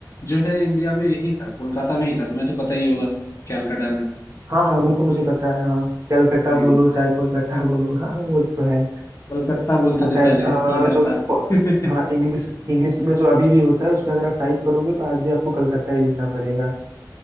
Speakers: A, on the left (about 40°); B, on the right (about 45°).
A: जो है इंडिया में यही था कोलकाता में ही था तुम्हें तो पता ही होगा कैलकाटा में
B: हाँ हाँ वो तो मुझे पता है हाँ कलकत्ता
A: हम्म
B: बोलो चाहे कोलकाता बोलो हाँ हाँ, वो तो है
A: कलकत्ता बोलते
B: अब
A: थे
B: शायद
A: पहले
B: अ,
A: कलकत्ता
B: जो फ-
A: <laughs>
B: हाँ इंग्लिश इंग्लिश में जो अभी भी होता है उसमें अगर आप टाइप करोगे तो आज भी आपको कलकत्ता ही लिखना पड़ेगा